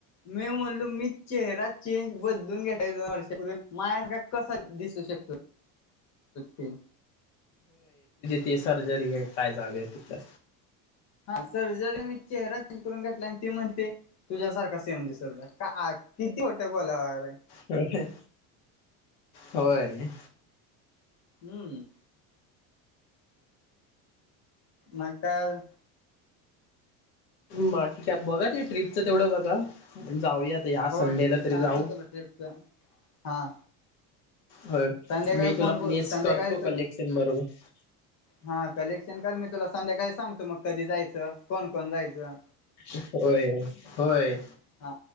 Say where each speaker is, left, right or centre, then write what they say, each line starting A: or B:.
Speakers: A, on the left; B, on the left.
A: मी म्हणलो मी चेहरा चेंज बदलून घेतला आहे दोन वर्षापूर्वी मला असं काय कसा दिसू शकतो ते?
B: ते सर्जरी काय चालूय तिथं.
A: हा सर्जरी मी चेहरा चेंज करून घेतला आणि तीते म्हणते तुझ्यासारखा सेम दिसल का आ किती खोटं बोलाव रे.
B: होय. होय.
A: हम्म. मग काय अजून?
B: बा ठीक आहे बघा ते ट्रीपचा तेवढं बघा. जाऊयात या
A: हो
B: संडेला
A: सांगतो
B: तरी जाऊ.
A: तुला ट्रिपच हा
B: होय
A: संध्याकाळी
B: मी तुला
A: फोन
B: प्लेस
A: संध्याकाळी
B: करतो
A: तर
B: कलेक्सेन बरोबर.
A: हा कलेक्शन कर मी तुला संध्याकाळी सांगतो मग कधी जायचं कोण-कोण जायचं.
B: होय होय.
A: हा